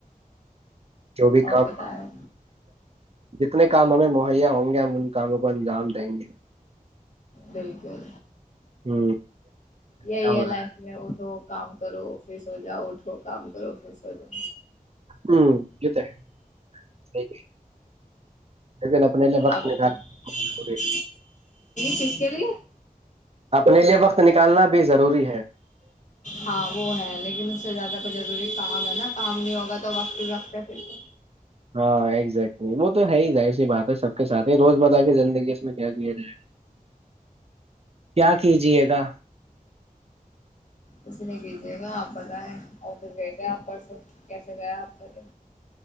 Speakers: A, on the right; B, on the left.
A: جو بھی
B: اور
A: کام
B: بتائیں
A: جتنے کام ہمیں مہیا ہوں گے ہم ان کاموں کو انجام دیں گے
B: بالکل
A: ہوں
B: یہی
A: کیا ہو
B: ہے لائف
A: رہا
B: میں وہ توو کام کرو پھر س ہو جاؤ اٹھو کام کرو فھر سو جاؤ
A: ہوں ت ہے لیکن اپنے لیے وقت
B: آ بتا
A: نکالنا
B: ج
A: ضروری ہے
B: ک کی لیے
A: اپنے لیے وقت نکالنا بھی ضروری ہے
B: ہاں وہ ہے لیکن اس سے زیادہ تو ضروری کام ہے نا کام نہیں ہوگا تو وقت بھی وقت ہے پھر کو
A: ہاں ایکگزیکٹلی وہ تو ہے ہی جائے اسی بات ہے سب کے ساتھ ہی روز بتا کے زندگی اس میں کیا کیا ج کیا کیجیے گا
B: اسسی نہیں کیجیے گا آپ پت ہے اور پھر بھی گئے آپ پرسوں کیسے گیا آپ د